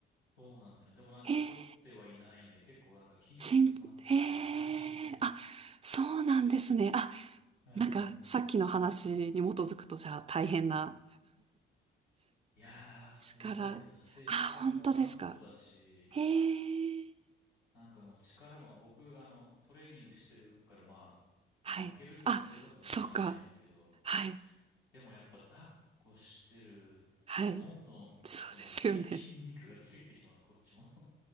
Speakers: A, on the left; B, on the right.
A: そうなんですよ。でもなんか太ってはいないんで、
B: へえ、
A: 結構なんか筋肉詰まってる感じで
B: しん、へえ、あ、そうなんですね。あ、
A: はい。
B: なんかさっきの話に基づくとじゃあ大変な
A: いやー、
B: <laughs>
A: すごいですね。
B: 力。
A: 性格も頑固だし、
B: あ、本当ですか。へえ。
A: なんかもう力も、僕、あの、トレーニングしてるから、ま
B: はい。
A: あ、負けるとかそういうことはまあありえないですけど、
B: あ、そっか。はい。
A: でもやっぱ抱っこしてると、
B: はい。
A: どんどん、
B: そうですよね。
A: そのき、<laughs> 筋肉がついてきます、こっちも。